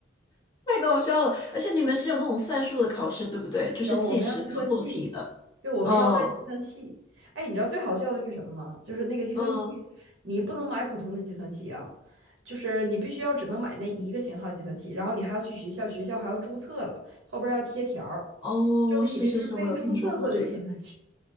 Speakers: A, on the left; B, on the right.
A: 太搞笑了！而且你们是有那种算术的考试，对不对？就是计时然后做题的。
B: 有，我们要计算器，对，我们要带计算器。
A: 嗯
B: 哎，你知道最好笑的是什么吗？就是那个计算器，
A: 嗯，
B: 你不能买普通的计算器啊，就是你必须要只能买那一个型号计算器，然后你还要去学校，学校还要注册了，后边儿还要贴条儿，
A: 哦，
B: 证明你这是被注册过的计算器。
A: 是是是，我有听说过这个。